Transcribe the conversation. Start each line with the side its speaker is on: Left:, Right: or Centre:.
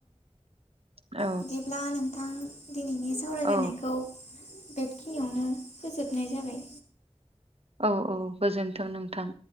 Right: औ
Left: बिदिब्ला नों। दिनैनि सावरायलायनायखौ।
Right: औ
Left: बेखिनियावनो फोजोबनाय जाबाय।
Right: औ औ गोजोनथों नोंथां।